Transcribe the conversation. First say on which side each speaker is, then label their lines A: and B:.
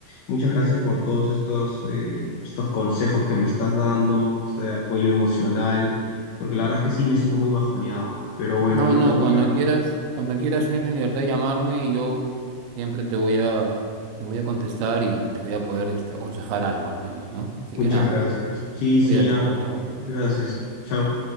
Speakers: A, on the left; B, on the right.
A: muchas gracias por todos estos, eh, estos consejos que me estás dando, este apoyo emocional, porque la verdad es que sí me siento muy bajoneado. Pero bueno,
B: No,
A: ahorita
B: Claro, no,
A: voy
B: cuando
A: a
B: quieras, cuando quieras, gente en libertad de llamarme y yo siempre te voy a, te voy a contestar y te voy a poder, este, aconsejar algo al menos, ¿no? Así
A: Muchas
B: que nada,
A: gracias. Sí, sí,
B: cuídate,
A: ya.
B: chao, chao.
A: Gracias. Chao.